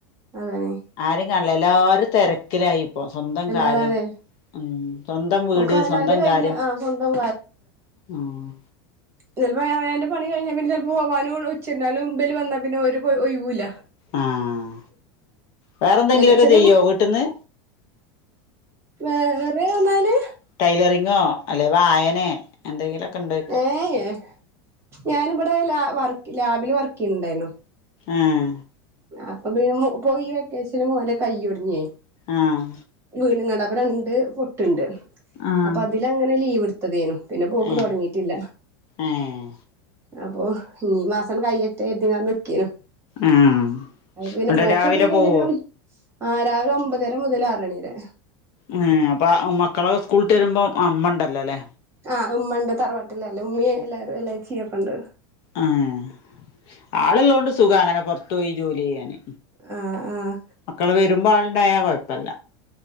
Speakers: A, on the right; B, on the left.
A: അതാണ്
B: ആരേം കാണൂല എല്ലാരും തെരക്കിലായിപ്പോ സ്വന്തം കാര്യം.
A: അതാണ്
B: ഉം സ്വന്തം വീട്
A: ഒക്കെ അവനാന്റെ
B: സ്വന്തം
A: കഴിഞ്ഞ
B: കാര്യം
A: ആ സ്വന്തം
B: ആഹ്
A: ചെലപ്പോ അവനാന്റെ പണി കഴിഞ്ഞാ പിന്നെ ചെലപ്പോ പോവാനും ഉച്ചരിഞ്ഞാലും ഇബല് വന്നാ പിന്നെ ഒരു ഒയിവൂല്ലാ
B: ആഹ് വേറെ എന്തെങ്കിലൊക്കെ
A: ചെല ചെറിയ
B: ചെയ്യോ വീട്ട്ന്ന്.
A: വേറെ പറഞ്ഞാല്
B: ടൈലറിങ്ങോ അല്ലെ വായനെ എന്തെങ്കിലൊക്കെണ്ടോ ചോയിക്കാ.
A: ഏഹേ ഞാനിബടെ ലാ വർക്ക് ലാബില് വർക്ക്‌ ചെയ്യ്ണ്ടായിരുന്നു
B: ആഹ്.
A: അപ്പൊ പിന്നെ ഇപ്പൊ ഈ വെക്കേഷന് മോന്റെ കൈ ഒടിഞ്ഞേയ്
B: ആഹ്.
A: വീണ്ങ്ങാണ്ട് അപ്പൊ രണ്ട് പൊട്ട്ണ്ട്
B: ആഹ്
A: അപ്പൊ അതിലങ്ങനെ ലീവ്ട്ത്തതേനു. പിന്നെ പോക്ക്
B: ഏഹ്
A: തൊടങ്ങീട്ടില്ല.
B: ഏഹ്
A: അപ്പൊ ഇഞ്ഞി ഈ മാസണ് കയ്യട്ടേ കരുതിങ്ങാണ്ട് നിക്കേനു.
B: ആഹ്.
A: അപ്പൊ പിന്നെ
B: ന്നട്ട്
A: പോക്ക്
B: രാവിലെ
A: തൊടങ്ങി കഴിഞ്ഞാ
B: പോവോ
A: പിന്നെ ആ രാവിലെ ഒമ്പതര മുതല് ആറണി വരെ.
B: ഏഹ് അപ്പ മക്കളൊക്കെ സ്കൂൾട്ട് വരുമ്പോ ആ ഇമ്മണ്ടല്ലോല്ലെ.
A: ആഹ് ഉമ്മ ഉണ്ട് തറവാട്ടില്ലല്ലേ ഉമ്മീ എല്ലാരും എളേച്ചീ ഒക്കണ്ട്.
B: ആഹ് ആള്ള്ളോണ്ട് സുഖാ അങ്ങനെ പൊർത്തു പോയി ജോലി ചെയ്യാന്.
A: ആഹ് ആഹ്
B: മക്കള് വരുമ്പോ ആള്ണ്ടായ കൊഴപ്പല്ല